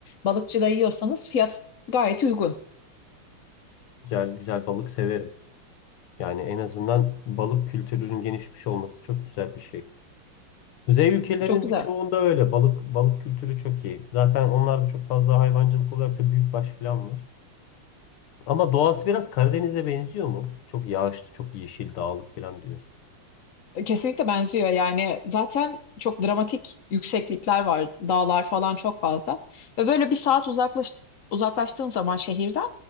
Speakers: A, on the left; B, on the left.
A: balıkçıda yiyorsanız fiyat gayet uygun.
B: Güzel güzel balık severim. Yani en azından balık kültürünün gelişmiş olması çok güzel bir şey. Kuzey ülkelerinin
A: Çok güzel.
B: birçoğunda öyle. Balık balık kültürü çok iyi. Zaten onlarda çok fazla hayvancılık olarak da büyükbaş falan var. Ama doğası biraz Karadeniz'e benziyor mu? Çok yağışlı, çok yeşil, dağlık falan diyorsun.
A: Kesinlikle benziyor yani zaten çok dramatik yükseklikler var dağlar falan çok fazla ve böyle bir saat uzaklaş, uzaklaştığın zaman şehirden